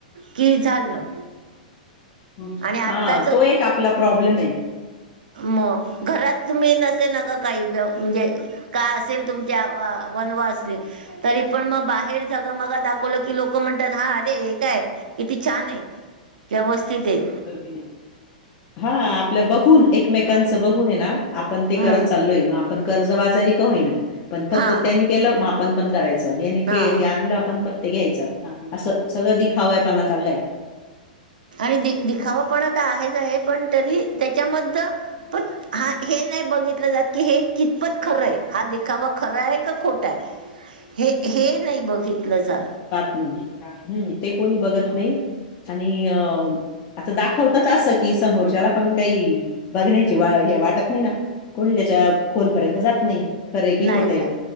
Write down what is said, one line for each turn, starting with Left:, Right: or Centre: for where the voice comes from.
Right: की झालं.
Left: हुं
Right: आणि आता
Left: हा तो एक आपला प्रॉब्लेम ये.
Right: मं घरात तुम्ही नसे नाका काही म्हणजे काय असेल तुमच्या वनवासी तरी पण म बाहेर झगमगा दाखव दाखवल की लोक म्हणतात हा अरे हे काय, किती छानये, व्यवस्थितये.
Left: कधी? हा आपल्या बघून एकमेकांचं बघून येना आपण ते करत
Right: हम्म
Left: चाललोय मं आपण कर्जबाजारी का होईना, पण फक्त
Right: हा
Left: त्यानी केलं आपण पण करायचं याने
Right: हा
Left: हे आणलं आपण पण ते घ्यायचं असं सगळं दिखावाय पणा चाललाय.
Right: आणि दि दिखाववा पणा तं आहेच आहे पण तरी त्याच्यामधनं
Left: <inaudible>
Right: हा हे नाही बघितलं जात की, हे कितपत खरंये हा दिखावा खरा आहे का खोटाये. हे हे नही बघितलं जात.
Left: हम्म, ते कोणी बघत नाही आणि अं आता दाखवताच असं कि समोरच्याला पण काही बघण्याची हे वाटत नाही ना. कोणी त्याच्या खोलपर्यंत जात नाही. खरं आहे की
Right: नाही
Left: खोटं
Right: जात,
Left: आहे.